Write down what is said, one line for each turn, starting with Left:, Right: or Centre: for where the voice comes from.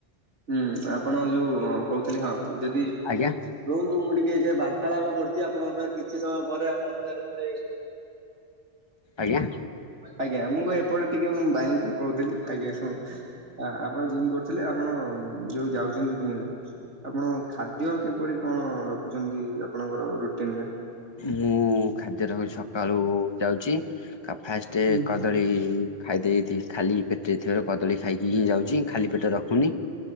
Right: ହୁଁ ଆପଣ ଯୋଉ କହୁଥିଲି ହଁ ଯଦି
Left: ଆଜ୍ଞା
Right: ରୁହନ୍ତୁ ମୁଁ ଟି ଟିକେ ବାର୍ତ୍ତାଳାପ କରୁଛି ଆପଣଙ୍କ ସହ କିଛି ସମୟ ପରେ ଆପଣଙ୍କ ସହ ଗୋଟେ
Left: ଆଜ୍ଞା।
Right: ଆଜ୍ଞା ମୁଁ ଏପଟେ ଟିକେ ମୁଁ ଭାଇଙ୍କୁ କହୁଥିଲି ଆଜ୍ଞା ଶୁଣ ଆପଣ ଜିମ୍ କ ଥିଲେ ଆପଣ ଯୋଉ ଯାଉଛନ୍ତି ଜିମ୍ ଆପଣ ଖାଦ୍ୟ କିପରି କଣ ରଖୁଛନ୍ତି? ଆପଣଙ୍କର ରୁଟିନ୍ ରେ।
Left: ମୁଁ ଖାଦ୍ୟ ରହୁ ସକାଳୁ ଯାଉଛି। ଫାଷ୍ଟେ
Right: ହୁଁ
Left: କଦଳୀ ଖାଇଦେଇ ଖାଲି ପେଟରେ ଥିବାରୁ କଦଳୀ ଖାଇକି ହିଁ ଯାଉଚି। ଖାଲି ପେଟ ରଖୁନି